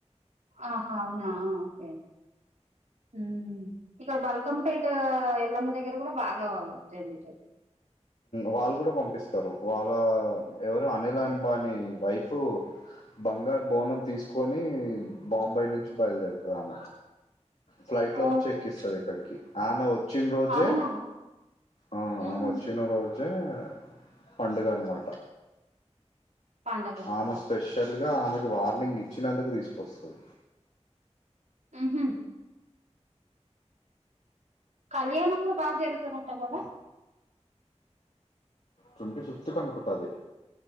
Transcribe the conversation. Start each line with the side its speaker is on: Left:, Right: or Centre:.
Right: ఆహ అవునా ఓకే ఉమ్ ఇక్కడ బల్కం. పేట ఎల్లమ్మ దగ్గర కూడా బాగా జరుగుతుంది.
Left: వాళ్ళు కూడా పంపిస్తారు వాళ్ళు ఎవరు అనిల్ అంబాని వైఫ్. బంగారు బోనం తీసుకొని బాంబాయి నుంచి బయలుదేరుతారు ఆమె. ఫ్లైట్ లో
Right: ఓ
Left: వచ్చి ఎక్కిస్తది ఇక్కడికి ఆమె వచ్చి. వచ్చిన రోజే
Right: అవునా
Left: ఆహ్
Right: ఉమ్
Left: ఆమె వచ్చిన రోజు. వచ్చే పండుగ అన్నమాట.
Right: పండగ ఇక్కడ
Left: ఆమె స్పెషల్
Right: ఓకే
Left: గా ఆమెకి వార్నింగ్ ఇచ్చినందుకు తీసుకొస్తది.
Right: ఉమ్. కళ్యాణం కూడా బాగా జరుగుతదంట కదా.
Left: ట్వంటీ ఫిఫ్త్ కు అనుకుంటది